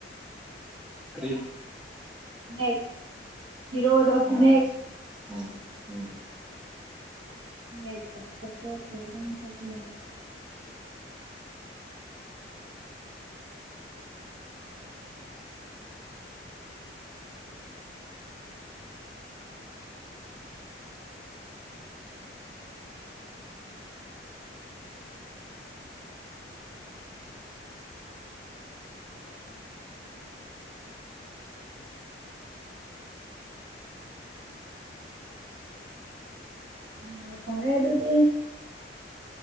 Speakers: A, in the centre; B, on the right.
A: ꯀꯔꯤ
B: ꯃꯦꯛ ꯍꯤꯔꯣꯗꯣ
A: ꯑꯣ
B: ꯃꯦꯛ
A: ꯎꯝ ꯎꯝ
B: <inaudible> ꯑꯣ ꯐꯔꯦ ꯑꯗꯨꯗꯤ